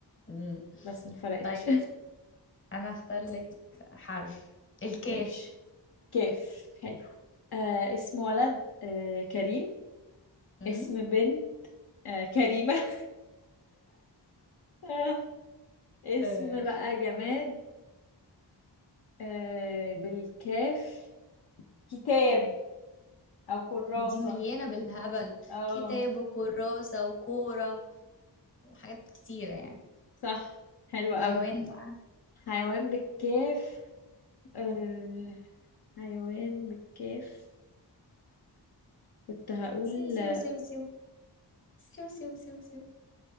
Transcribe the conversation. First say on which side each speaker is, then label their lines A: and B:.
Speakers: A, on the left; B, on the left.
A: مم.
B: بس ما فرقتش
A: طيب انا هختار لك حرف
B: <laughs>
A: الكاف
B: ماشي كيف حلو آه اسم ولد آه كريم
A: امم
B: اسم بنت آه كريمة <laughs> آه اسم
A: آه،
B: بقى جماد آه بالكاف كتاب او كراسة
A: دي مليانة بالهبل
B: اه
A: كتاب وكراسة وكورة وحاجات كتيرة يعني
B: صح حلو قوي
A: حيوان بقى
B: حيوان بالكاف أه... حيوان بالكاف كنت هقول
A: سيو
B: <laughs>
A: سيو سيو سيو سيو سيو سيو سيو